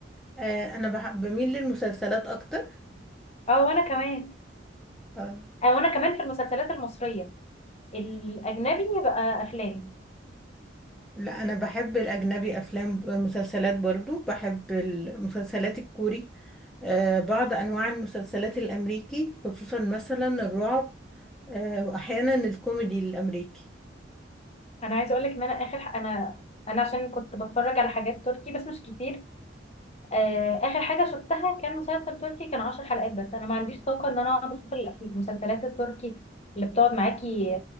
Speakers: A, in the centre; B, on the left.
A: آه، انا بحب بميل للمسلسلات اكتر
B: اه وانا كمان
A: آه،
B: اه وانا كمان في المسلسلات المصريه الاجنبي بقى افلام
A: لا انا بحب الاجنبي افلام مسلسلات برضو بحب المسلسلات الكوري آه، بعض انواع المسلسلات الامريكي خصوصا مثلا الرعب آه، واحيانا الكوميدي الامريكي
B: انا عايزه اقول لك ان انا اخر ح- انا انا عشان كنت بتفرج على حاجات تركي بس مش كتير آه اخر حاجه شفتها كان مسلسل تركي كان 10 حلقات بس انا ما عنديش طاقه ان انا اقعد اشوف الأف- المسلسلات التركي اللي بتقعد معاكي